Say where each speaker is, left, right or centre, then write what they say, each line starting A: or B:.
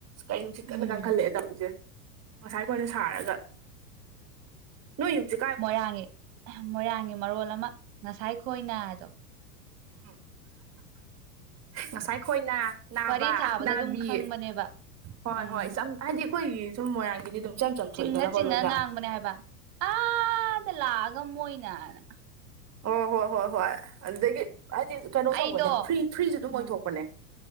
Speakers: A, on the right; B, on the right.
A: ꯀꯩꯅꯣ ꯅꯨꯡꯁꯤꯠ
B: ꯎꯝ
A: ꯀꯟꯅ ꯀꯪꯈꯠꯂꯛꯑꯦ ꯇꯧꯂꯤꯁꯦ ꯉꯁꯥꯏ ꯈꯣꯏꯅ ꯁꯥꯔꯒ ꯅꯣꯏ ꯌꯨꯝꯁꯤ
B: ꯃꯣꯏꯔꯥꯡꯒꯤ ꯃꯣꯏꯔꯥꯡꯒꯤ ꯃꯔꯣꯜ ꯑꯃ ꯉꯁꯥꯏ ꯈꯣꯏꯅ ꯑꯗꯣ
A: ꯎꯝ ꯉꯁꯥꯏ ꯈꯣꯏꯅ ꯅꯥꯕ
B: ꯋꯥꯔꯤ ꯁꯥꯕꯗ
A: ꯅꯥꯕꯤ
B: ꯑꯗꯨꯝ ꯈꯪꯕꯅꯦꯕ
A: ꯍꯣꯏ
B: ꯎꯝ
A: ꯍꯣꯏ ꯏꯆꯝ ꯍꯥꯏꯗꯤ ꯑꯩꯈꯣꯏꯒꯤ ꯁꯨꯝ ꯃꯣꯏꯔꯥꯡꯒꯤꯗꯤ ꯑꯗꯨꯝ ꯏꯆꯝ ꯆꯝꯊꯣꯛꯏꯗꯅꯀꯣ
B: ꯆꯤꯡꯉ ꯆꯤꯡꯉ
A: ꯂꯣꯏꯅ
B: ꯉꯥꯡꯕꯅꯦ ꯍꯥꯏꯕ ꯑꯥꯗ ꯂꯥꯛꯑꯒ ꯃꯣꯏꯅꯅ
A: ꯑꯣ ꯍꯣꯏ ꯍꯣꯏ ꯍꯣꯏ ꯑꯗꯨꯗꯒꯤ ꯍꯥꯏꯗꯤ ꯀꯩꯅꯣ
B: ꯑꯩꯗꯣ
A: ꯇꯧꯕꯅꯦ ꯐ꯭ꯔꯤ ꯐ꯭ꯔꯤꯁꯨ ꯑꯗꯨꯝ
B: ꯎꯝ
A: ꯑꯣꯏꯊꯣꯛꯄꯅꯦ